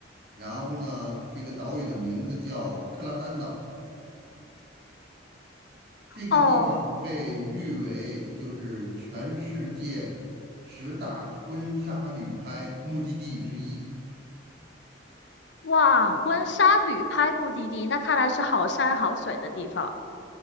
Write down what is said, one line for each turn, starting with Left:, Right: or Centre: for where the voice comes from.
Right: 然后呢，这个岛屿的名字叫克拉丹岛。这个地方被誉为就是全世界十大婚纱旅拍目的地之一。
Left: 哦，哇，婚纱旅拍目的地，那看来是好山好水的地方。